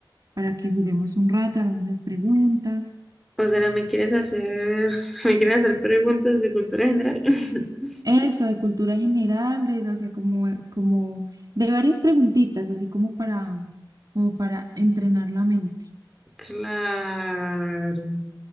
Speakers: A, on the right; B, in the centre.
A: para que juguemos un rato, hagamos esas preguntas.
B: O sea, ¿me quieres hacer, <laughs> me quieres hacer preguntas de cultura general? <laughs>
A: Eso, de cultura general, de, o sea, como, eh, como de varias preguntitas, así como para, como para entrenar la mente.
B: Claro.